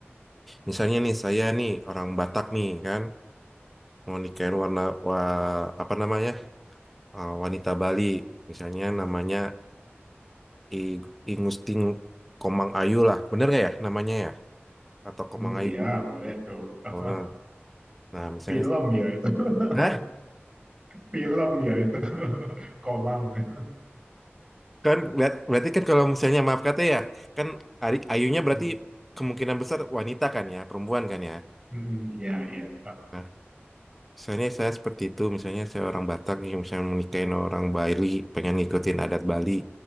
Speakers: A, in the centre; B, on the right.
A: Misalnya nih, saya nih orang Batak nih kan, mau nikahin warna wa- apa namanya eh, wanita Bali, misalnya namanya I- Ingusting Komang Ayu lah, bener gak ya namanya ya? Atau
B: Hmm,
A: Komang Ayu?
B: ya, boleh tuh. <laughs>
A: Oh, Nah, misalnya,
B: Film ya itu. <laughs>
A: nah
B: Film ya itu. <laughs> Komang. <laughs>
A: kan berat- berarti kan kalau misalnya maaf kata ya, kan Ari- Ayunya
B: Hmm,
A: berarti kemungkinan besar wanita kan ya, perempuan kan ya.
B: hmm, ya, ya.
A: Nah, misalnya saya seperti itu, misalnya saya orang Batak nih, misalnya menikahin orang Bali, pengen ngikutin adat Bali,